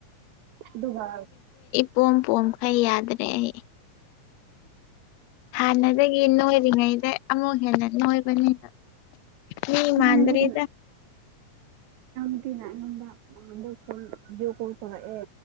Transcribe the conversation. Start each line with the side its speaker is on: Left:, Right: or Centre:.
Right: ꯑꯗꯨꯒ
Left: ꯇꯣꯡ ꯇꯣꯡꯈꯩ ꯌꯥꯗ꯭ꯔꯦ ꯑꯩ ꯍꯥꯟꯅꯗꯒꯤ ꯅꯣꯏꯔꯤꯉꯩꯗ ꯑꯃꯨꯛ ꯍꯦꯟꯅ ꯅꯣꯏꯕꯅꯤꯅ ꯃꯤ
Right: ꯏꯅꯥꯎꯅꯨꯄꯤꯅ
Left: ꯃꯥꯟꯗ꯭ꯔꯦꯗ
Right: ꯏꯆꯦꯅ ꯑꯩꯉꯣꯟꯗ ꯅꯥꯍꯟꯗꯣ ꯐꯣꯟ ꯚꯤꯗꯤꯌꯣ ꯀꯣꯜ ꯇꯧꯔꯛꯑꯦ